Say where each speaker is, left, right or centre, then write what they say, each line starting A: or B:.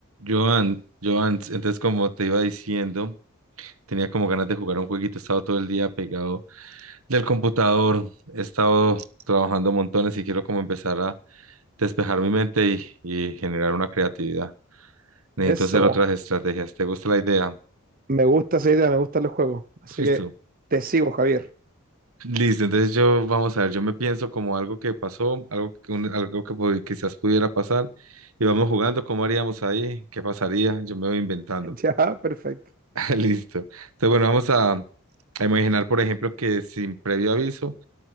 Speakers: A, on the right (about 80°); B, on the right (about 40°).
A: Joan, Joan, entonces como te iba diciendo, tenía como ganas de jugar un jueguito, he estado todo el día pegado del computador, he estado trabajando montones y quiero como empezar a despejar mi mente y, y generar una creatividad. Necesito
B: Eso.
A: hacer otras estrategias. ¿Te gusta la idea?
B: Me gusta esa idea, me gustan los juegos. Así
A: Listo.
B: que te sigo, Javier. <laughs>
A: Listo, entonces yo, vamos a ver, yo me pienso como algo que pasó, algo, que- un- algo que pod- quizás pudiera pasar y vamos jugando, ¿cómo haríamos ahí? ¿Qué pasaría? Yo me voy inventando.
B: Ya, perfecto.
A: <laughs> Listo. Entonces, bueno, vamos a, a imaginar, por ejemplo, que sin previo aviso,